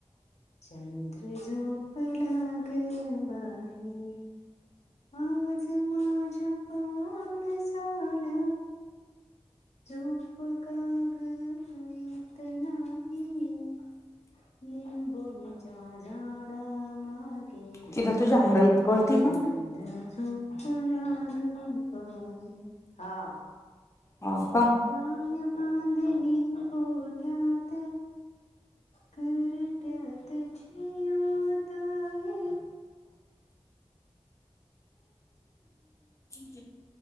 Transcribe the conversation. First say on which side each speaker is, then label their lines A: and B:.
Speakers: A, on the left; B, on the left.
A: चंद्र झोपला ग बाई. आज माझ्या पा डसाला झोप काग येत नाही निंबो बोनीच्या झाडा मागे
B: तिला तुझ्या अंगा इतकं कळती
A: चं
B: का
A: द्र झोपला ग बाई हा.
B: हो का
A: गाय बांधली गोठ्यात. घरट्यात चिऊताई
B: <inaudible>